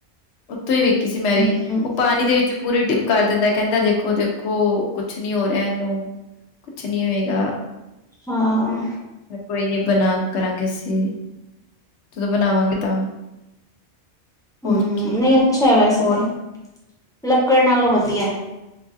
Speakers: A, on the left (about 80°); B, in the centre.
A: ਉੱਥੋਂ ਹੀ ਵੇਖੀ ਸੀ ਮੈਂ
B: ਹੂੰ
A: ਵੀ ਉਹ ਪਾਣੀ ਦੇ ਵਿੱਚ ਵਿੱਚ ਪੂਰੀ ਟਿਪ ਕਰ ਦਿੰਦਾ ਕਹਿੰਦਾ ਦੇਖੋ ਦੇਖੋ ਕੁਛ ਨੀ ਹੋ ਰਿਹਾ ਇਹਨੂੰ ਕੁਛ ਨਹੀਂ ਹੋਏਗਾ।
B: ਹਾਂ।
A: ਕੋਈ ਨੀ ਬਣਾ ਕਰਾਂਗੇ ਅਸੀਂ ਵੀ। ਜਦੋਂ ਬਣਾਵਾਂਗੇ ਤਾਂ, ਹੋਰ
B: ਹੂੰ
A: ਕੀ।
B: ਨਹੀਂ ਅੱਛਾ ਹੈ ਵੈਸੇ
A: ਔਰ
B: ਤੇ ਲੱਕੜ ਨਾਲੋਂ ਵਧੀਐ।